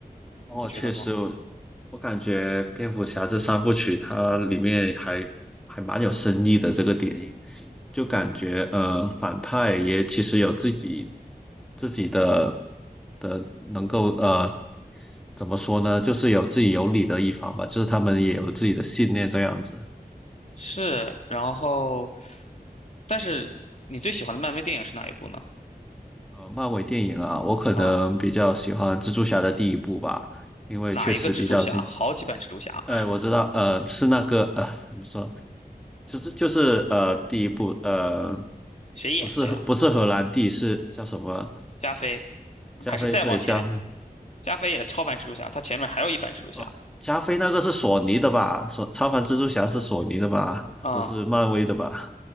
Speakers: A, in the centre; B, on the left.
A: 哦，
B: 你不觉得吗？
A: 确实，我我感觉蝙蝠侠这三部曲它里面还还蛮有深意的。这个电影就感觉呃，反派也其实有自己自己的的能够呃怎么说呢？就是有自己有理的一方吧，就是他们也有自己的信念这样子。
B: 是，然后，但是你最喜欢的漫威电影是哪一部呢？
A: 呃，漫威电影啊，我可能比较喜欢蜘蛛侠的第一部吧，
B: 啊、
A: 因为确实比较精彩。
B: 哪一个蜘蛛侠？好几版蜘蛛侠，
A: 哎，我知道，呃，是那个，呃，怎么说，就是就是呃，第一部，呃，
B: 谁演的呀？
A: 不是荷不是荷兰弟，是叫什么？
B: 加菲，
A: 加菲，
B: 还是再往前？
A: 对，加菲，
B: 加菲演的超凡蜘蛛侠，他前面还有一版蜘蛛侠
A: 哦，加菲那个是索尼的吧？索超凡蜘蛛侠是索尼的吧？
B: 啊、
A: 不是漫威的吧？